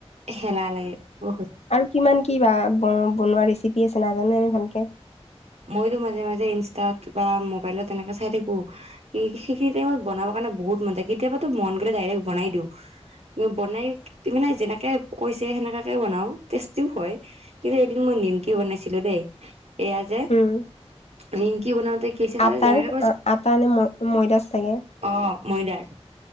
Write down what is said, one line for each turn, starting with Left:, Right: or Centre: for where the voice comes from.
Right: হেলা লাগে বহুত।
Left: আৰু কিমান কি বা বনোৱা ৰেচিপি আছে নাজানো আমি ভালকে।
Right: মইতো মাজে মাজে ইনষ্টাত বা মোবাইলত এনেকে চাই থাকো। সেইখিনি টাইমত বনাব কাৰণে বহুত মন যায়। কেতিয়াবাতো মন গ'লে ডাইৰেক্ বনাই দিওঁ। বনাই মানে যেনেকে কৈছে সেনেকাকে বনাও টেষ্টিও হয়। কিন্তু এদিন মই নিমকিও বনাইছিলো দেই, এয়া যে-
Left: উম।
Right: নিমকি বনাওতে কি হৈছে তাতে
Left: আটাৰ,
Right: যেনেকে
Left: আটা নে মৈদাৰ চাগে।
Right: অঁ' ময়দাৰ,